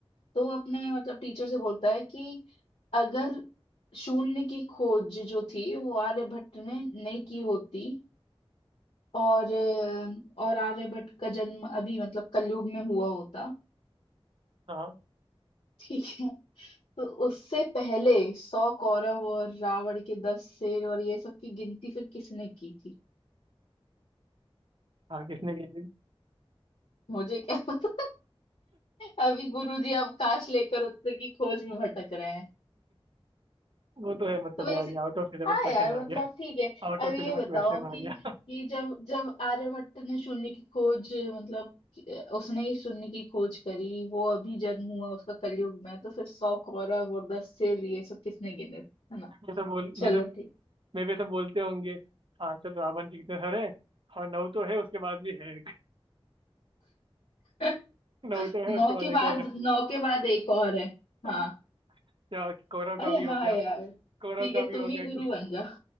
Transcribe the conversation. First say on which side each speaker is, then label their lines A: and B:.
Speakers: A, on the left; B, on the right.
A: तो वो अपने मतलब टीचर से बोलता है कि अगर शून्य की खोज जो थी वो आर्यभट्ट ने नहीं की होती और अ, और आर्यभट्ट का जन्म अभी मतलब कलयुग में हुआ होता
B: हाँ
A: ठीक है तो उससे पहले सौ कौरव और रावण के दस शेर और ये सब की गिनती फिर किसने की थी
B: हाँ किसने की थी?
A: मुझे क्या पता अभी गुरुजी अवकाश लेकर उत्तर की खोज में भटक रहे हैं
B: वो तो है मतलब
A: तो वैसे
B: यार ये आउट ऑफ सिलेबस
A: हाँ
B: क्वेश्चन
A: यार
B: आ
A: मतलब
B: गया
A: ठीक है
B: आउट ऑफ
A: अब
B: सिलेबस
A: ये बताओ
B: क्वेश्चन
A: कि
B: आ गया
A: कि जब जब आर्यभट्ट ने शून्य की खोज मतलब कि- उसने ही शून्य की खोज करी वो अभी जन्म हुआ उसका कलयुग में तो फिर सौ कौरव और दस सिर ये सब किसने गिने है ना
B: जैसे बोल
A: चलो
B: मैं तो,
A: ठीक
B: मैं भी ऐसे बोलते होंगे हाँ चल रावण के कितने सारे हाँ नौ तो है उसके बाद भी है एक
A: <laughs>
B: <laughs> नौ तो है
A: नौ
B: उसके बाद
A: के
B: एक
A: बाद
B: और है
A: नौ के बाद एक और है
B: <laughs>
A: हाँ
B: हाँ, या कौरव
A: अरे
B: का भी हो
A: हाँ
B: गया
A: यार
B: कौरव
A: ठीक
B: का
A: है
B: भी
A: तुम
B: हो गया
A: ही गुरु
B: कि
A: बन जाओ